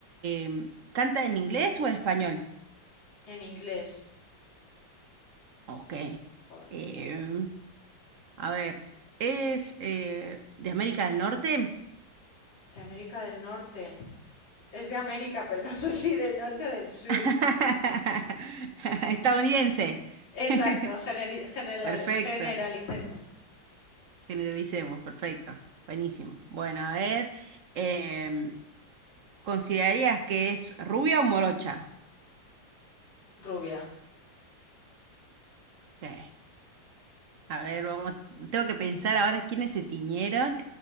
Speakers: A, on the right; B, on the left.
A: Em, ¿canta en inglés o en español?
B: En inglés.
A: Ok.
B: Joder.
A: Em, a ver, ¿es eh, de América del Norte?
B: De América del Norte. Es de América, pero no sé si del norte o del sur.
A: <laughs> Estadounidense. <laughs>
B: Exacto, generi- general-
A: Perfecto.
B: generalicemos.
A: Generalicemos, perfecto. Buenísimo. Bueno, a ver, em, ¿considerarías que es rubia o morocha?
B: Rubia.
A: Ok. A ver, vamos, tengo que pensar ahora quiénes se tiñeron.